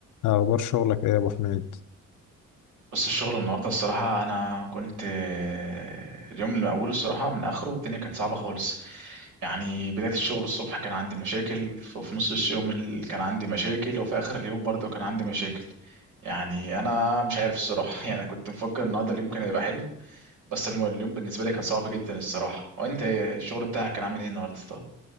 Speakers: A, on the left (about 80°); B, on the right (about 85°).
A: أخبار شغلك إيه يا أبو حميد؟
B: بص الشغل النهارده الصراحة أنا كنت آه، اليوم اللي من أوله الصراحة من آخره الدنيا كانت صعبة خالص يعني بداية الشغل الصبح كان عندي مشاكل وفي نص اليوم ال- كان عندي مشاكل وفي آخر اليوم برضه كان عندي مشاكل يعني أنا مش عارف الصراحة <laughs> يعني أنا كنت مفكر النهارده اليوم كان هيبقى حلو بس الم- اليوم بالنسبة لي كان صعب جدا الصراحة وأنت إيه؟ الشغل بتاعك كان عامل إيه النهارده طب؟